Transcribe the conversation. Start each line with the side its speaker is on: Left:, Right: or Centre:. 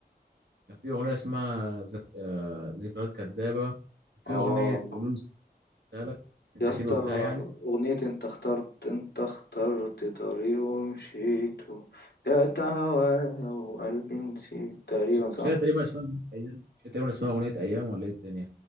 Right: كان في اغنيه اسمها ذك... آه، ذكريات كدابه وفي
Left: اه
Right: اغنيه قولوا لي سبتها لك انت
Left: يا اسطى
Right: كده قلتها يعني
Left: أغنية انت اخترت انت اخترت طريق ومشيته بعت هوايا وقلبي نسيت تقريبا
Right: ش-
Left: صح؟
Right: مش هي تقريبا اسمها اغنيه ايام مش هي تقريبا اسمها اغنيه ايام ولا ايه الدنيا